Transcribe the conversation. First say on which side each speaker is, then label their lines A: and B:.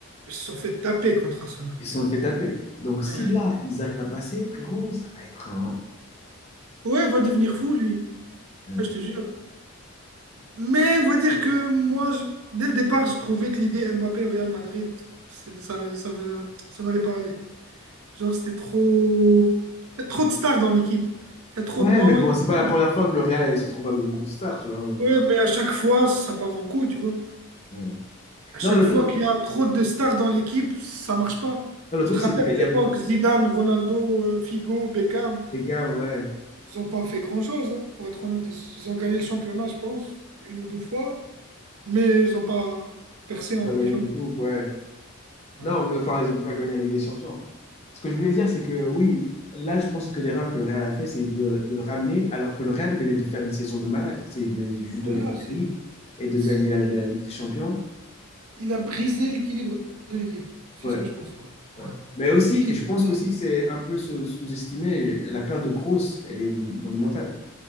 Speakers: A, on the right; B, on the left.
A: Ils se sont fait taper contre Arsenal.
B: Ils se sont fait taper. Donc si
A: Ouais.
B: là, ils arrivent à passer, frérot, ça va être un...
A: Ouais, va devenir fou, lui.
B: un-
A: Ah, je te jure. Mais on va dire que moi, je- dès le départ, je trouvais que l'idée Mbappé au Real Madrid, c'est- ça, allait- ça, veut- ça n'allait pas aller. Genre, c'était trop. Il y a trop de stars dans l'équipe. Il y a trop
B: Ouais,
A: de noms.
B: mais bon,
A: il y a
B: c'est pas la première
A: trop de-
B: fois que le Real se retrouve avec beaucoup de stars, tu vois, en même
A: Ouais,
B: temps.
A: mais à chaque fois, ça part en couille, tu vois.
B: Ouais.
A: À chaque
B: Non, le,
A: fois
B: truc-
A: qu'il y a trop de stars dans l'équipe, ça marche pas.
B: non, le
A: Tu
B: truc,
A: te rappelles
B: c'est qu'il
A: de
B: y avait,
A: l'époque, Zidane, Ronaldo, euh, Figo, Beckham,
B: Les Cavs, ouais.
A: ils ont pas fait grand-chose, hein, pour être honnête. Ils, ils ont gagné le championnat, je pense, une ou deux fois, mais ils ont pas percé
B: Ils
A: en
B: ont pas
A: Ligue
B: gagné
A: des Champions.
B: de coupe, ouais.
A: Ouais.
B: Non, mais enfin, ils n'ont pas gagné la Ligue des Champions. Ce que je voulais dire, c'est que oui, là, je pense que l'erreur que le Real a fait, c'est de, de le ramener, alors que le Real venait de faire une saison de malade. C'est, il venait juste
A: Voilà,
B: de gagner
A: c'est-
B: la Ligue et de
A: il,
B: gagner la, la Ligue des Champions.
A: il a brisé l'équilibre de l'équipe. C'est
B: Ouais,
A: ce que je pense, moi. Ouais.
B: ouais. Mais aussi,
A: L'équipe,
B: et je pense
A: c'est-
B: qu'aussi que c'est un peu sous- sous-estimé, la perte de Kroos, elle est monumentale.